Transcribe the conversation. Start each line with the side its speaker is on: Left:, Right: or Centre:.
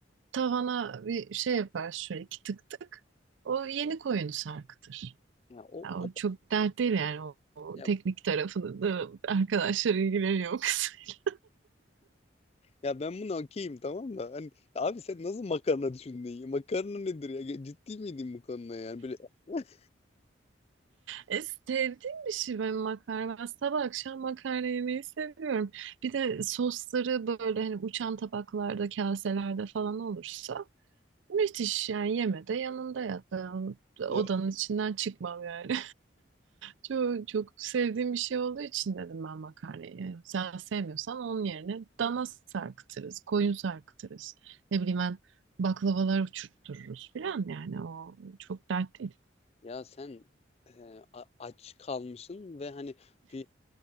Right: tavana bir şey yapar şöyle iki tık tık. O yeni koyunu sarkıtır.
Left: Ya o,
Right: Ya o
Left: o
Right: çok dert değil yani o, o
Left: ya
Right: teknik tarafını da arkadaşlar ilgileniyor o kısım. <laughs>
Left: Ya ben bunu okeyim tamam da hani abi sen nasıl makarna düşündün ya? Makarna nedir ya? Ge- Ciddi miydin bu konuda yani? Böyle <laughs>
Right: E, sevdiğim bir şey ben makarna. Ben sabah akşam makarna yemeyi seviyorum. Bir de sosları böyle hani uçan tabaklarda, kaselerde falan olursa müthiş yani yeme de yanında yat. Ben odanın
Left: ya,
Right: içinden çıkmam yani. Çok, çok sevdiğim bir şey olduğu için dedim ben makarnayı. Yani Sen sevmiyorsan onun yerine dana sarkıtırız, koyun sarkıtırız. Ne bileyim ben baklavalar uçurttururuz filan yani o çok dert değil.
Left: ya sen e, a- aç kalmışsın ve hani bir